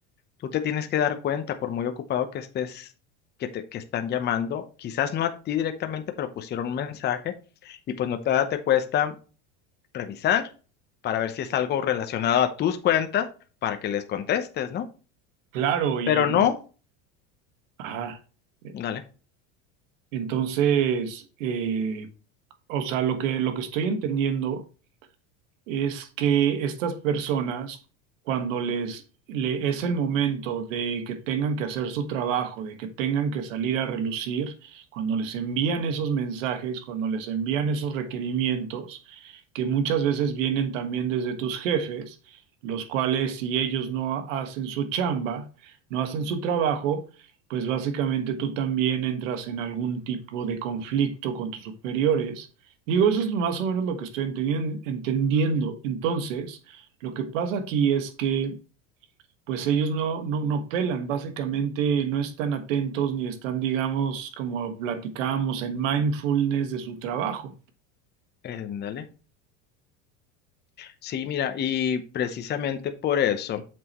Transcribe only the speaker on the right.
Claro, y
ajá. E,
Entonces, eh, o sea, lo que, lo que estoy entendiendo es que estas personas, cuando les le- es el momento de que tengan que hacer su trabajo, de que tengan que salir a relucir, cuando les envían esos mensajes, cuando les envían esos requerimientos, que muchas veces vienen también desde tus jefes, los cuales si ellos no hacen su chamba, no hacen su trabajo, pues básicamente tú también entras en algún tipo de conflicto con tus superiores Digo, eso es más o menos lo que estoy entendien- entendiendo. Entonces, lo que pasa aquí es que, pues ellos no, no, no pelan, básicamente no están atentos ni están, digamos, como platicábamos, en mindfulness de su trabajo.